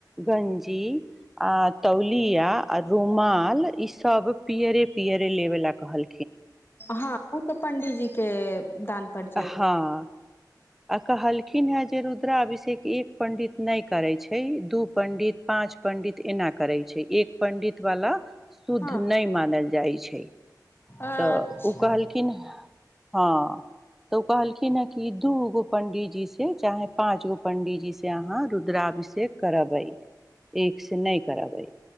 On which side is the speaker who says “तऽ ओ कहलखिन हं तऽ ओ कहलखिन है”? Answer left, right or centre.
Centre